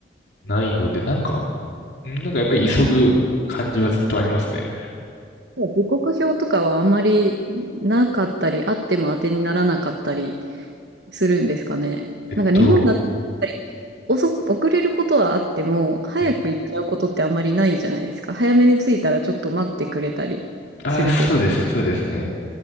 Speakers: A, on the left; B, on the right.
A: ないので、なんか、んなんかやっぱり急ぐ感じはずっとありますね。
B: 時刻表とかはあんまりなかったり、あっても当てにならなかったりするんですかね。
A: えっと、
B: なんか日本だったらやっぱり遅く、遅れることはあっても、早く行っちゃうことってあんまりないじゃないですか。
A: うん
B: 早めに着いたらちょっと待ってくれたりするけど、
A: あ、そうですね、そうですね。